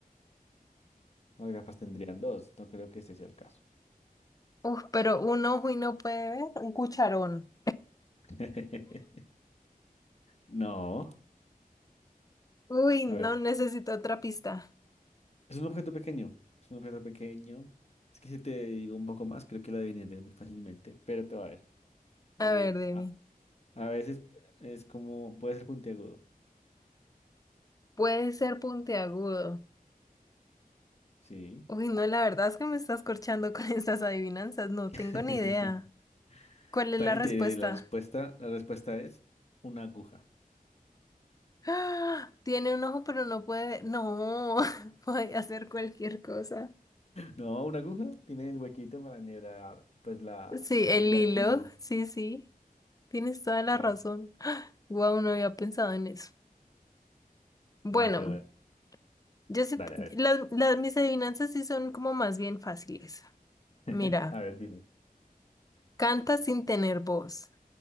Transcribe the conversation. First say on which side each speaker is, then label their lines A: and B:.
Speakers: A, on the left (about 45°); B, on the left (about 25°).
A: Las gafas tendrían dos. No creo que ese sea el caso.
B: Uf, pero un ojo y no puede ver. Un cucharón.
A: <laughs> No.
B: Uy, no
A: A ver.
B: necesito otra pista.
A: Es un objeto pequeño. Es un objeto pequeño. Es que si te digo un poco más, creo que lo adivinarías muy fácilmente. Pero te va a ver. Eh,
B: A ver, dime.
A: a, a veces es como. Puede ser puntiagudo.
B: Puede ser puntiagudo.
A: Sí.
B: Uy, no, la verdad es que me estás corchando con <laughs> estas adivinanzas. No
A: <laughs>
B: tengo ni idea. ¿Cuál
A: Está
B: es la
A: bien,
B: respuesta?
A: te diré la respuesta. La respuesta es una aguja.
B: ¡Ah! Tiene un ojo, pero no puede ver. No, <laughs> puede hacer cualquier cosa.
A: No, una aguja tiene el huequito para enhebrar, pues la,
B: Sí,
A: la
B: el
A: tela,
B: hilo.
A: el hilo.
B: Sí, sí. Tienes toda la
A: Claro.
B: razón. Wow, no había pensado en eso. Bueno.
A: Bueno, pero bueno,
B: Yo sé,
A: dale, a ver.
B: las, las- mis adivinanzas sí son como más bien fáciles.
A: <laughs>
B: Mira,
A: A ver, dime.
B: canta sin tener voz,